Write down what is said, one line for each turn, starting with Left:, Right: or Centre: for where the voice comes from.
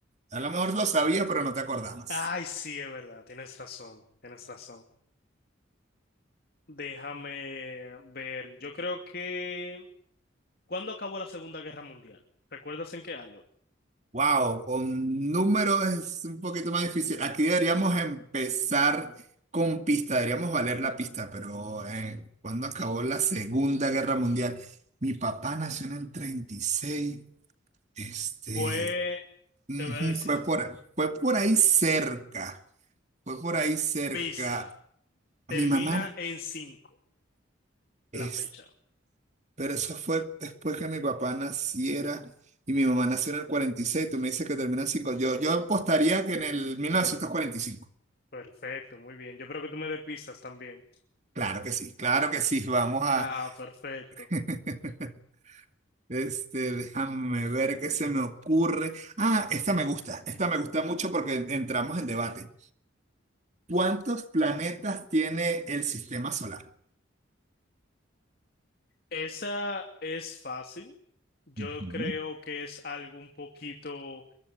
Right: A lo mejor lo sabías, pero no te acordabas.
Left: Ay, sí, es verdad, tienes razón, tienes razón. Déjame ver, yo creo que... ¿Cuándo acabó la Segunda Guerra Mundial? ¿Recuerdas en qué año?
Right: Wow, con números es un poquito más difícil. Aquí deberíamos empezar con pista, deberíamos valer la pista, pero eh, cuando acabó la Segunda Guerra Mundial, mi papá nació en el 36, este...
Left: Pues,
Right: Ujú,
Left: te voy a decir,
Right: Fue por, fue por ahí cerca, fue por ahí cerca
Left: pista, termina
Right: mi mamá,
Left: en 5. la
Right: es,
Left: fecha.
Right: pero eso fue después que mi papá naciera y mi mamá nació en el 46, tú me dices que termina en 5 yo, yo apostaría que en el 1945,
Left: Perfecto, muy bien. Yo creo que tú me des pistas también.
Right: claro que sí, claro que sí, vamos a,
Left: Ah, perfecto.
Right: <laughs> este, déjame ver qué se me ocurre. Ah, esta me gusta, esta me gusta mucho porque entramos en debate. ¿Cuántos planetas tiene el sistema solar?
Left: Esa es fácil. Yo
Right: Ujú,
Left: creo que es algo un poquito,